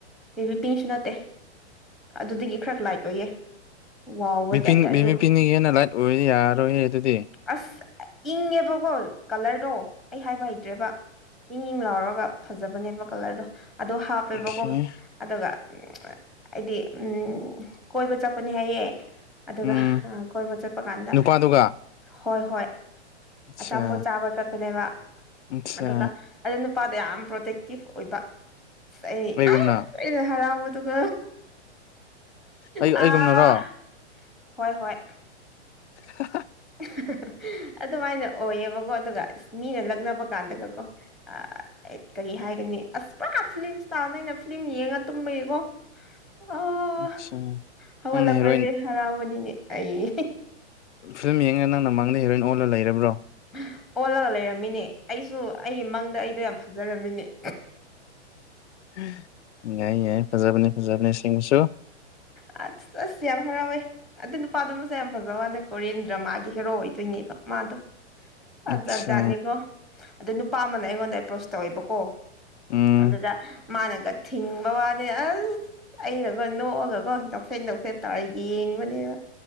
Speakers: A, in the centre; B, on the left (about 75°).
A: ꯕꯤ ꯄꯤꯡꯁꯨ ꯅꯠꯇꯦ ꯑꯗꯨꯗꯒꯤ ꯈꯔ ꯂꯥꯏꯠ ꯑꯣꯏꯌꯦ ꯋꯥꯎꯕ
B: ꯕꯤ
A: ꯇꯥꯏꯞꯇ
B: ꯄꯤꯡ ꯕꯤ
A: ꯑꯗꯨ
B: ꯕꯤ ꯄꯤꯟꯗꯒꯤ ꯍꯦꯟꯅ ꯂꯥꯏꯠ ꯑꯣꯏꯔꯗꯤ ꯌꯥꯔꯣꯏꯍꯦ ꯑꯗꯨꯗꯤ
A: ꯑꯁ ꯑ ꯏꯪꯉꯦꯕꯀꯣ ꯀꯂꯔꯗꯣ ꯑꯩ ꯍꯥꯏꯕ ꯍꯩꯇ꯭ꯔꯦꯕ ꯄꯤꯡ ꯂꯥꯎꯔꯒ ꯐꯖꯕꯅꯦꯕ ꯀꯂꯔꯗꯣ ꯑꯗꯣ ꯍꯥꯞꯄꯦꯕꯀꯣ
B: ꯑꯣꯀꯦ
A: ꯑꯗꯨꯒ ꯎꯝ ꯆ ꯑꯩꯗꯤ ꯎꯝ ꯀꯣꯏꯕ ꯆꯠꯄꯅꯤ ꯍꯥꯏꯌꯦ ꯑꯗꯨꯒ
B: ꯎꯝ
A: ꯑ ꯀꯣꯏꯕ ꯆꯠꯄꯀꯥꯟꯗ
B: ꯅꯨꯄꯥꯗꯨꯒ
A: ꯍꯣꯏ ꯍꯣꯏ
B: ꯑꯠꯆꯥ
A: ꯑꯆꯥꯄꯣꯠ ꯆꯥꯕ ꯆꯠꯄꯅꯦꯕ
B: ꯑꯠꯆꯥ
A: ꯑꯗꯨꯒ ꯑꯗꯨ ꯅꯨꯄꯥꯗꯣ ꯌꯥꯝ ꯄ꯭ꯔꯣꯇꯦꯛꯇꯤꯞ ꯑꯣꯏꯕ ꯑꯩ
B: ꯑꯩꯒꯨꯝꯅ
A: ꯑꯥ ꯑꯩꯗꯤ ꯍꯔꯥꯎꯕꯗꯨꯨꯒ
B: ꯑꯩ
A: ꯍ ꯑꯥ
B: ꯑꯩꯒꯨꯝꯅꯔꯣ
A: ꯍꯣꯏ ꯍꯣꯏ
B: ꯍꯍꯥ
A: ꯍ ꯍ ꯍ ꯑꯗꯨꯃꯥꯏꯅ ꯑꯣꯏꯌꯦꯕꯀꯣ ꯑꯗꯨꯒ ꯏꯁ ꯃꯤꯅ ꯂꯛꯅꯕꯀꯥꯟꯗꯒꯀꯣ ꯑꯩ ꯀꯔꯤ ꯍꯥꯏꯒꯅꯤ ꯑꯁ ꯄꯨꯔꯥ ꯐꯤꯂꯝ ꯏꯁꯇꯥꯜ ꯑꯩꯅ ꯐꯤꯂꯝ ꯌꯦꯡꯉ ꯇꯨꯝꯕꯒꯤꯀꯣ ꯑꯣ
B: ꯑꯠꯆꯥ
A: ꯍꯧꯒꯠꯂꯛꯄꯗꯗꯤ
B: ꯅꯪꯅ ꯍꯦꯔꯣꯏꯟ
A: ꯍꯔꯥꯎꯕꯅꯤꯅꯦ ꯑꯩ
B: ꯐꯤꯂꯝ ꯌꯦꯡꯉꯒ ꯅꯪꯅ ꯃꯥꯡꯗ ꯍꯦꯔꯣꯏꯟ ꯑꯣꯜꯂ ꯂꯩꯔꯕ꯭ꯔꯣ
A: ꯍ ꯑꯣꯜꯂꯒ ꯂꯩꯔꯝꯃꯤꯅꯦ ꯑꯩꯁꯨ ꯑꯩꯒꯤ ꯃꯪꯗ ꯑꯩꯗꯣ ꯌꯥꯝ ꯐꯖꯔꯝꯃꯤꯅꯦ
B: ꯍꯝ ꯌꯥꯏ ꯌꯥꯏ ꯐꯖꯕꯅꯦ ꯐꯖꯕꯅꯦ ꯑꯁꯦꯡꯕꯁꯨ
A: ꯍ ꯑꯁ ꯑꯁ ꯌꯥꯝ ꯍꯔꯥꯎꯏ ꯑꯗꯨ ꯅꯨꯄꯥꯗꯨ ꯃꯁꯛ ꯌꯥꯝ ꯐꯖꯕ ꯋꯥꯅꯦ ꯀꯣꯔꯤꯌꯟ ꯗ꯭ꯔꯃꯥꯒꯤ ꯍꯦꯔꯣ ꯑꯣꯏꯗꯣꯏꯅꯦꯕ ꯃꯥꯗꯣ ꯑ
B: ꯑꯠꯆꯥ
A: ꯖꯥꯠꯖꯥꯠꯅꯤꯀꯣ ꯑꯗꯣ ꯅꯨꯄꯥ ꯑꯃꯅ ꯑꯩꯉꯣꯟꯗ ꯑꯦꯄ꯭ꯔꯣꯁ ꯇꯧꯋꯦꯕꯀꯣ
B: ꯎꯝ
A: ꯑꯗꯨꯗ ꯃꯥꯅꯒ ꯊꯤꯡꯕ ꯋꯥꯅꯦ ꯑꯁ ꯑꯩꯅꯒꯣ ꯅꯣꯛꯑꯒꯀꯣ ꯅꯣꯛꯐꯦꯠ ꯅꯣꯀꯐꯦꯠ ꯇꯧꯔ ꯌꯦꯡꯕꯅꯦꯅ